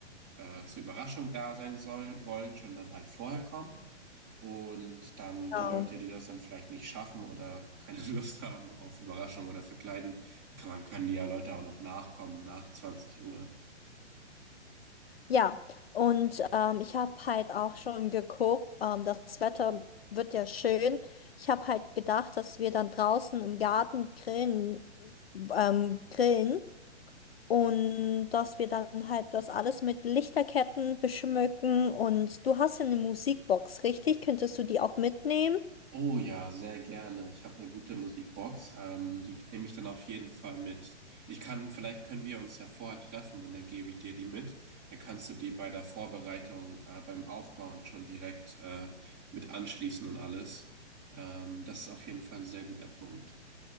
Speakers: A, on the right; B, on the left.
A: äh, zur Überraschung da sein sollen, wollen, schon dann halt vorher kommen. Und dann
B: genau.
A: die Leute, die das dann vielleicht nicht schaffen oder keine <laughs> Lust haben auf Überraschung oder Verkleiden, die kann man, können die ja Leute auch noch nachkommen nach 20 Uhr.
B: Ja, und ähm, ich habe halt auch schon geguckt, ähm, das Wetter wird ja schön. Ich habe halt gedacht, dass wir dann draußen im Garten grillen, ähm, grillen und dass wir dann halt das alles mit Lichterketten beschmücken. Und du hast ja eine Musikbox, richtig? Könntest du die auch mitnehmen?
A: Oh ja, sehr gerne. Ich habe eine gute Musikbox. Ähm, die nehme ich dann auf jeden Fall mit. Ich kann, vielleicht können wir uns ja vorher treffen und dann gebe ich dir die mit. Dann kannst du die bei der Vorbereitung, äh, beim Aufbauen schon direkt äh, mit anschließen und alles. Ähm, das ist auf jeden Fall ein sehr guter Punkt.